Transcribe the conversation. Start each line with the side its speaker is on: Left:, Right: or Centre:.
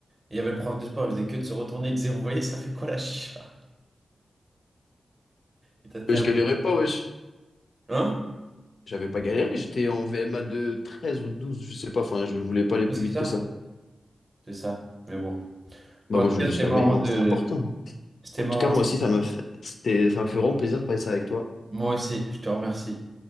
Right: Et il y avait le prof de sport, il faisait que de se retourner, il disait, vous voyez, ça fait quoi la chicha? Et t'as terminé.
Left: Euh, Je galérais pas, wesh.
Right: Hein?
Left: J'avais pas galéré, j'étais en VMA de 13 ou 12 je sais pas, enfin, je voulais pas aller plus
Right: Oui, C'est
Left: vite
Right: ça,
Left: que ça.
Right: c'est ça. Mais bon.
Left: Bah,
Right: Bon, en
Left: moi,
Right: tout
Left: je
Right: cas,
Left: voulais
Right: c'était
Left: juste la
Right: marrant
Left: moyenne, moi,
Right: de.
Left: c'est important, moi.
Right: C'était
Left: En
Right: marrant.
Left: tout cas, moi aussi, ça m'a fait, c'était, ça m'a fait vraiment plaisir de passer avec toi.
Right: Moi aussi, je te remercie.